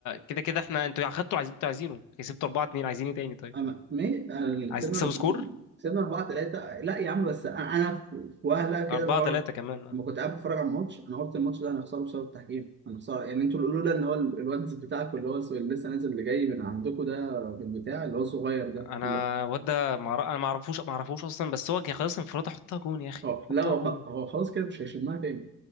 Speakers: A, on the left; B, on the right.
A: كده كده احنا انتوا اخدتوا عايزين انتوا عايزينه كسبتوا 4 2 عايزين ايه تاني طيب
B: انا مي ال-
A: عايزين
B: كسبنا
A: تكسبوا سكور
B: كسبنا 4 3 لا يا عم بس انا أنا في في وهله كده
A: 4
B: اللي هو
A: 3 كمان
B: لما كنت قاعد بتفرج على الماتش انا قلت الماتش ده هنخسره بسبب التحكيم هنخسره يعني انتوا اللي لولا ان هو ال- الواد بتاعكم اللي هو الس- اللي لسه نازل اللي جاي من عندكم ده بالبتاع اللي هو الصغير ده
A: انا
B: اللي هو
A: الواد ده مع... انا ما اعرفوش ما اعرفوش اصلا بس هو جه خلاص انفراد حطها جون يا اخي
B: هو- لا
A: حطها
B: هو
A: جون
B: خ- هو خلاص كده مش هيشمها تاني